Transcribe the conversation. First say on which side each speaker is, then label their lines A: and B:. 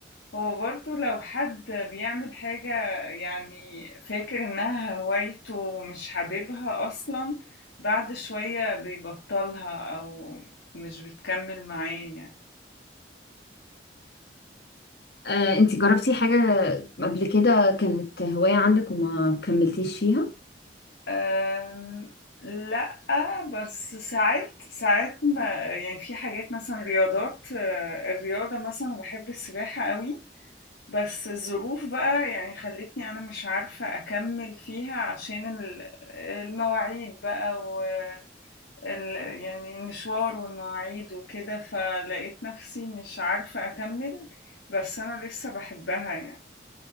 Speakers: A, on the left; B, on the left.
A: هو برضو لو حد بيعمل حاجة يعني فاكر انها هوايته ومش حاببها اصلا بعد شوية بيبطلها او مش بتكمل معاه يعني
B: آه، انت جربتي حاجة قبل كده كانت هواية عندك وما كملتيش فيها؟
A: آمم، لأ، بس ساعات ساعات ما يعني في حاجات مثلًا رياضات آآ، الرياضة مثلًا باحب السباحة أوي، بس الظروف بقى يعني خلّتني أنا مش عارفة أكمّل فيها عشان ال المواعيد بقى و ال يعني المشوار والمواعيد وكده، فلقيت نَفْسي مش عارفة أكمّل، بس أنا لسه باحبها يعني،